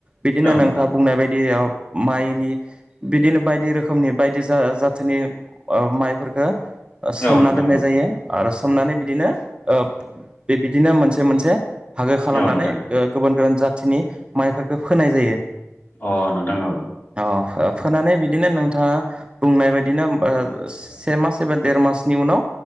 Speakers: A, on the right; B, on the left.
A: बिदिनो
B: औ
A: नोंथाङा
B: नोंथां
A: बुंनाय बायदियाव माइनि बिदिनो बायदि रोखोमनि बायदि जा-जाथोनि ओ माइफोरखो ओ सोमना
B: औ नोंथां
A: दोननाय
B: औ
A: जायो आरो सोमनानै बिदिनो ओ बे बिदिनो मोनसे मोनसे बाहागो खालामनानै
B: औ नोंथां
A: गुबुन गुबुन जाथिनि माइफोरखो फोनाय जायो।
B: अ नोंथां औ।
A: अ फोनानै बिदिनो नोंथाङा बुंनाय बायदिनो ओ से मास एबा देर मासनि उ नाव